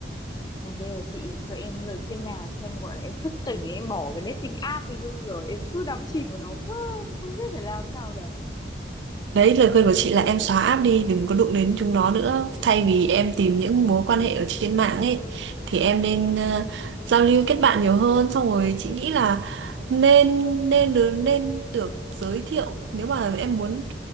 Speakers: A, on the left (about 20°); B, on the right (about 70°).
A: Còn bây giờ chị cho em lời khuyên nào cho em gọi là em thức tỉnh ấy em bỏ cái dating app đi chứ rồi em cứ đắm chìm vào nó quá em không biết phải làm thế nào cả
B: Đấy, lời khuyên của chị là em xóa app đi, đừng có đụng đến chúng nó nữa. Thay vì em tìm những mối quan hệ ở trên mạng ấy, thì em nên ờ, giao lưu kết bạn nhiều hơn. Xong rồi chị nghĩ là nên nên được nên được giới thiệu. Nếu mà em muốn